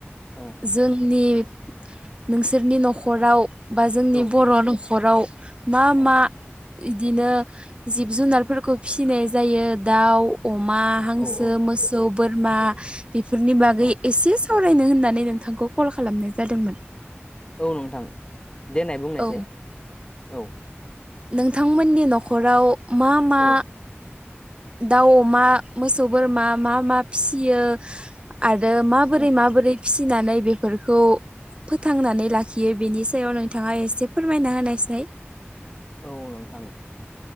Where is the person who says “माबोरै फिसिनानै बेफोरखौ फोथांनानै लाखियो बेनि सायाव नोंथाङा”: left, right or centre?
Right